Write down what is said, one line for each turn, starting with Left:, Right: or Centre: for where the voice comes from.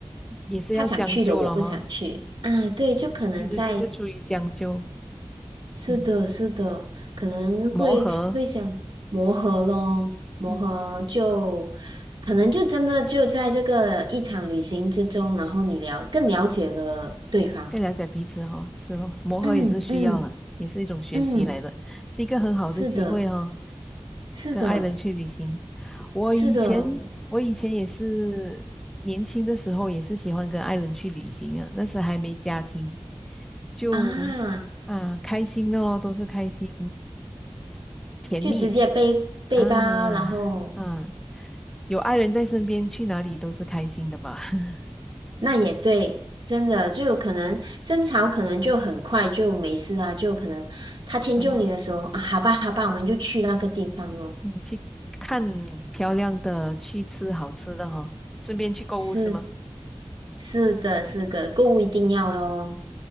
Centre: 也是要将就了哈。
Right: 他想去的我不想去啊，对，就可能在，
Centre: 其实就是出于将就，
Right: 是的，
Centre: 嗯，
Right: 是的，可能会会想磨合咯，
Centre: 磨合，
Right: 磨合就可能就真的就在这个一场旅行之中，
Centre: 嗯，
Right: 然后你了更了解了对方，
Centre: 更了解彼此哦，是哦，磨合也是需要了，
Right: 嗯嗯
Centre: 也是一种学习来的，
Right: 嗯，
Centre: 是一个很好的机会哦，
Right: 是的，是的，
Centre: 跟爱人去旅行。我以前我以前也是年轻的时候也是喜欢跟爱人去旅行啊，
Right: 是的
Centre: 那时还没家庭，就
Right: 啊，
Centre: 啊开心的咯，都是开心甜蜜
Right: 就直接背背包，
Centre: 啊啊，
Right: 然后
Centre: 有爱人在身边，去哪里都是开心的吧？<laughs>
Right: 那也对，真的就有可能争吵，可能就很快就没事啊，就可能他迁就你的时候啊，
Centre: 然后
Right: 好吧，好吧，我们就去那个地方咯。
Centre: 你去看漂亮的，去吃好吃的哈、顺便去购物是吗？
Right: 是是的，是的，购物一定要咯。